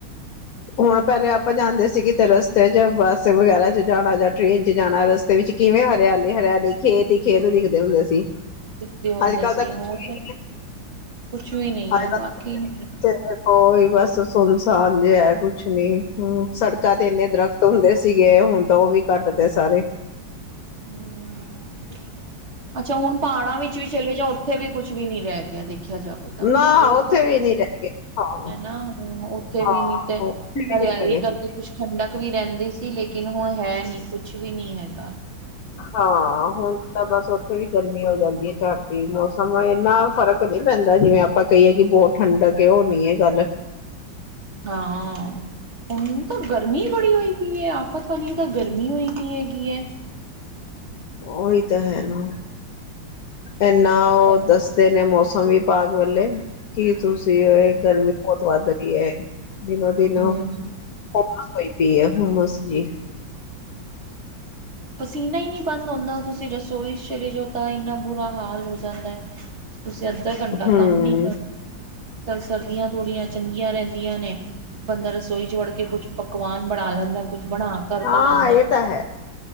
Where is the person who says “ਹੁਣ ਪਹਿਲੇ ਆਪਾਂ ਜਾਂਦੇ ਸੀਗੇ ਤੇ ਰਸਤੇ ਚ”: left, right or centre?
Left